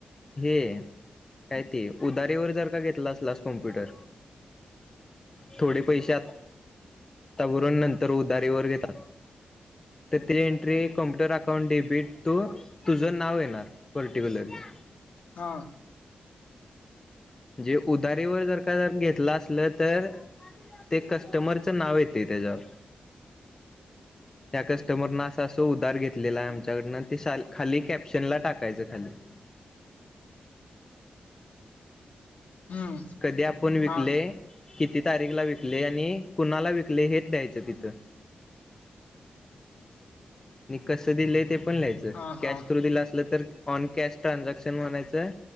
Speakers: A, on the left; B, on the left.
A: हे कायती उदारीवर जर का घेतला असलास कॉम्प्युटर थोडे पैसेत वातावरण नंतर उदारी व घेतात त एंट्री कम्प्युटर अकाउंट डेबिट तू तुझं नाव येणार पर्टिक्युलरली
B: हा
A: म्हणजे उधारीवर जर का जर घेतला असलं तर ते कस्टमरचं नाव येत ती ते जा त्या कस्टमर न असा असं उधार घेतलेला आहे आमच्याकडन ते खाली कॅप्शन ला टाकायचं खाली
B: हम्म
A: कधी आपण विकले
B: हा
A: कि ति तारीखला विकले आणि कुणाला विकले हेच द्यायचं तिथं मि कसं दिलंय ते, पण लिहायचं
B: हा
A: कॅश
B: हा
A: थ्रू दिलं असल, तर ऑन कॅश ट्रानझॅक्शन म्हणायचं